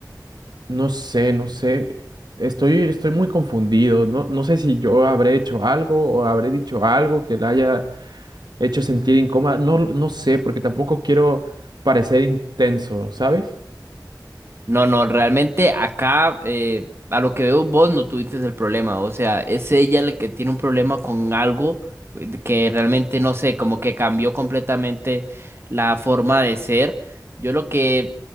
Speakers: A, on the right; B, on the right.
A: no sé, no sé. Estoy, estoy muy confundido. No, no sé si yo habré hecho algo o habré dicho algo que la haya hecho sentir incómoda. No, no sé, porque tampoco quiero parecer intenso, ¿sabes?
B: No, no, realmente acá, eh, a lo que veo vos no tuviste el problema, o sea, es ella la que tiene un problema con algo eh, de que realmente no sé, como que cambió completamente la forma de ser. Yo lo que